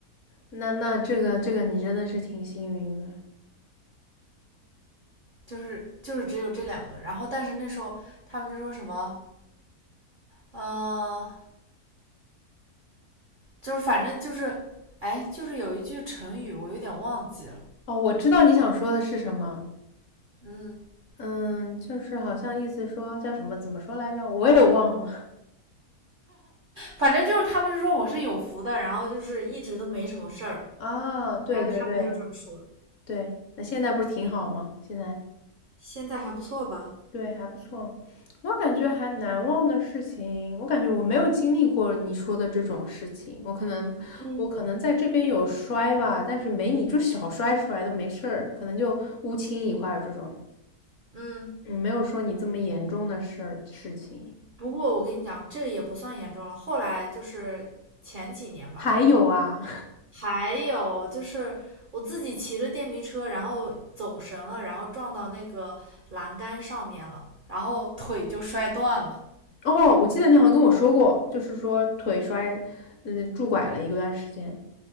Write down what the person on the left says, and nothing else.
那那这个这个你真的是挺幸运的
哦。我知道你想说的是什么，
嗯，就是好像意思说叫什么，怎么说来着？我也忘了
啊 <laughs>。对对对
对，那现在不是挺好吗？现在。
对，还不错。我感觉还难忘的事情，我感觉我没有经历过你说的这种事情。我可能，
我可能在这边有摔吧，但是没你就小摔摔都没事儿，可能就乌青一块儿这种，
嗯，没有说你这么严重的事儿事情。
还有啊，
<laughs> 哦，我记得你好像跟我说过，就是说腿摔，嗯，拄拐了一段时间。